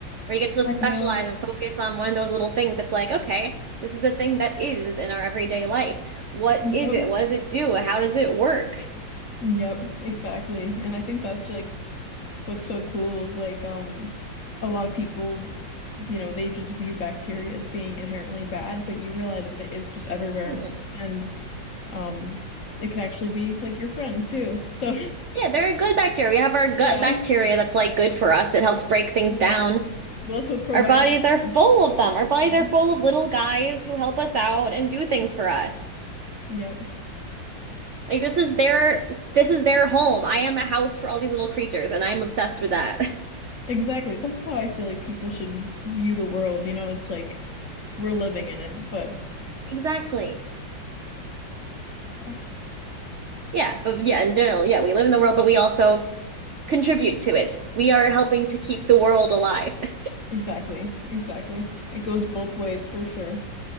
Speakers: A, on the right; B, on the left.
A: where you get to specialize
B: I yeah know.
A: and focus on one of those little things. It's like, okay, this is a thing that is in our everyday life. What
B: yep
A: is it? What does it do? How does it work?
B: yep exactly and I think that's like what's so cool is like um a lot of people you know they just view bacteria as being inherently bad but you realize that it is just everywhere
A: Mm-mm.
B: and um it can actually be like your friend too so
A: Yeah, there are good bacteria. We have
B: <laughs>
A: our gut
B: yeah
A: bacteria that's like good for us. It helps break things
B: yep
A: down.
B: well that's what probiotics
A: Our bodies are full
B: are
A: of them. Our bodies
B: yep
A: are full of little guys who help us out and do things for us.
B: yep
A: Like this is their this is their home. I am a house for all these little creatures, and I'm obsessed with that. <laughs>
B: Exactly. That's how I feel like people should view the world. You know, it's like we're living in it, but
A: Exactly.
B: yeah,
A: Yeah, but yeah, in general, yeah, we live in the world, but we also contribute to it. We are helping to keep the world alive. <laughs>
B: exactly. Exactly. It goes both ways for sure.